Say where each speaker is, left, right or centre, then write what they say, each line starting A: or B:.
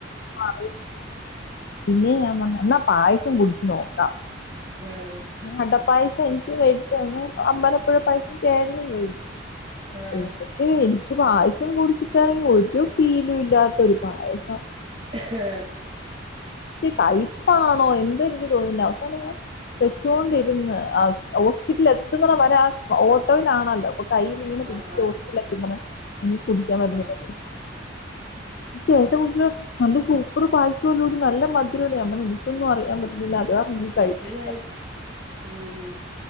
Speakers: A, on the left (about 55°); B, on the right (about 30°).
A: മാറി പിന്നെ ഞാൻ പറഞ്ഞു എന്നാ പായസം കുടിച്ചുനോക്കാം.
B: ഉം ഉം
A: കണ്ട പായ എനിക്കും മേടിച്ചുതന്നു. അമ്പലപ്പുഴ പായസം ചേട്ടനും മേടിച്ചു.
B: ആഹ്
A: എനിക്ക് എനിക്ക് പായസം കുടിച്ചിട്ടാണെങ്കി ഒരു ഫീലും ഇല്ലാത്തൊരു പായസം
B: എഖാ
A: ത്ത് കയ്പ്പാണോ എന്തെനിക്ക് തോന്നുന്നി അവസാനം ഞാൻ വെച്ചോണ്ടിരുന്ന് ആ ഹോസ്പിറ്റലിൽ എത്തുന്നിടം വരെ ഓട്ടോയേലാണല്ലോ അപ്പ കയ്യിലിങ്ങനെ പിടിച്ച്
B: ആഹ് ആഹ്
A: ഹോസ്പ്പിറ്റലിലെത്തപ്പന്നെ എനിക്ക് കുടിക്കാൻ പറ്റുന്നില്ല
B: ആഹ്
A: ചേട്ട കുടിച്ചിട്ടെ നല്ല സൂപ്പർ പായസമല്ലോടി നല്ല മധുരല്ല ഞാൻമ്പറഞ്ഞ് എനിക്ക് ക്കൊ ന്നും അറിയാൻ പറ്റുന്നില്ല അത് കാരണം എനിക്കെ കഴിക്കാ
B: യിട്ട ഉം